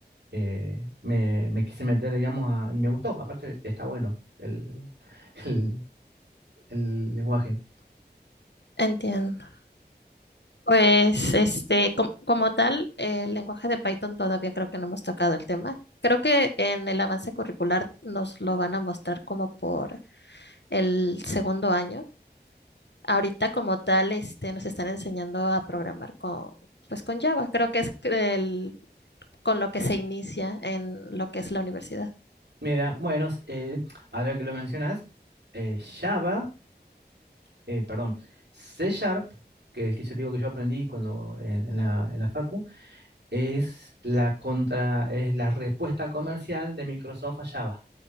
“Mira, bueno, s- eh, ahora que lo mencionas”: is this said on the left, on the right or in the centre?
Right